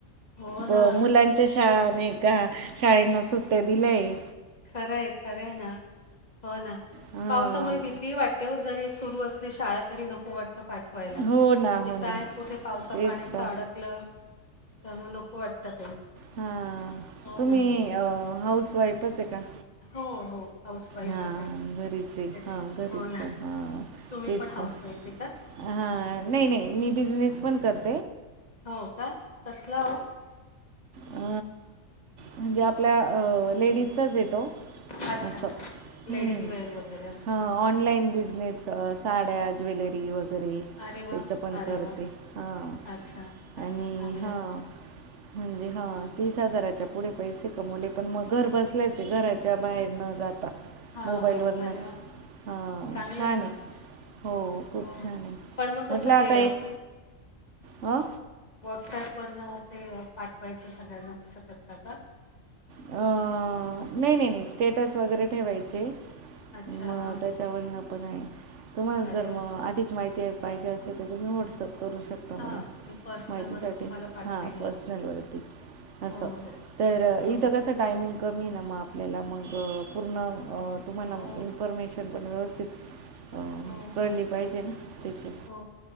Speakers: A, on the left; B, on the right.
A: हो
B: ब
A: ना
B: मुलांच्या शाळा ना का शाळेना सुट्ट दिलंय?
A: खरंय, खरंय ना, हो ना
B: हां
A: पावसामुळे भी ती वाटतेे वो, जरी सुरू असली शाळा तरी नको वाटतं. पाठवायला,
B: हो ना
A: की
B: हो
A: काय
B: ना
A: कुठे पावसा
B: तेच
A: पाण्याच
B: तर
A: अडकलं तर मग नको वाटतं ते.
B: हां
A: हो
B: तुम्ही
A: ना.
B: हाऊसवाईफच हे का?
A: हो, हो. हाऊसवाईफच
B: हां
A: हय.
B: घरीच आहे
A: त्याच,
B: हां घरीच
A: हो ना.
B: हां
A: तुम्ही
B: तेच
A: पण हाऊस
B: तर
A: वाईफ आहे का?
B: हां, नाही नाही मी बिझनेस पण करते.
A: हो का? कसला हो?
B: अ म्हणजे आपल्या अ लेडीजचाच येतो.
A: अच्छा, अच्छा.
B: असं हम्म,
A: लेडीज वेअर वगैरे असं.
B: हं ऑनलाईन बिझनेस साड्या, ज्वेलरी वगै गैरे
A: अरे वाह!
B: त्याचं पण
A: अरे
B: करते
A: वाह!
B: हां
A: अच्छा. अरे
B: आणि
A: वाह! चांगलं
B: हां.
A: आहे.
B: म्हणजे हा तीस हजाराच्या पुढे पैसे कमवले पण मग घर बसल्याचे घराच्या बाहेर न जाता.
A: हां,
B: मोबाईलवरनचं
A: हां. अरे वाह!
B: आ
A: चांगलं
B: छान
A: आहे ना.
B: हे. हो, खूप
A: हो.
B: छान हे.
A: पण मग कसं
B: म्हटलं आता
A: ते
B: एक अ
A: व्हॉट्सअपवरन ते पाठवायचं सगळ्यांना तसं करता का?
B: अ नाही, नाही, नाही स्टेटस वगैरे ठेवायचे
A: अच्छा,
B: मग
A: हां,
B: त्याच्यावरन पण आहे तुम्हाला
A: अरे
B: जर
A: वाह!
B: मग अधिक माहिती ते पाहिजे असेल त्याच्यातून व्हॉट्सअप करू शकता. मला
A: हां, मी पर्सनलवर
B: माहितीसाठी
A: तुम्हाला पाठवेन
B: हा पर्सनल
A: मग.
B: वरती. असं
A: हो, हो.
B: तर
A: हो,
B: इथं क तसं टायमिंग कमी आहे ना मग आपल्याला मग पूर्ण तुम्हाला
A: हो,
B: मग इन्फॉर्मेशन पण व्यवस्थित <inaudible> अ
A: हो,
B: कळली
A: हो,
B: पाहिजे ना त्याची
A: हो.